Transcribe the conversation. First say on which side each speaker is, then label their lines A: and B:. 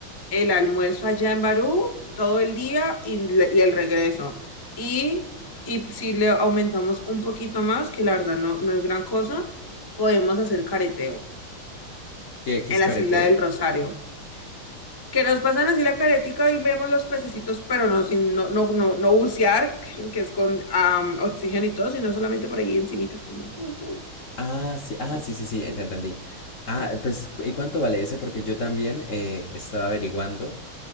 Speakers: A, on the left (about 35°); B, on the left (about 55°).
A: el almuerzo allá en Barú, todo el día y, le- y el regreso. Y, y si le aumentamos un poquito más, que la verdad no, no es gran cosa, podemos hacer careteo
B: ¿qué, qué
A: en
B: es
A: las
B: careteo?
A: Islas del Rosario. Que nos pasan así la caretica y vemos los pececitos, pero no, sin, no, no, no, no bucear, <laughs> que es con am, oxígeno y todo, sino solamente por allí encimita, como... uh, uh,
B: Ah, sí, ah, sí, sí, sí, ent- entendí. Ah, pues, cu- ¿y cuánto vale ese? Porque yo también eh, estaba averiguando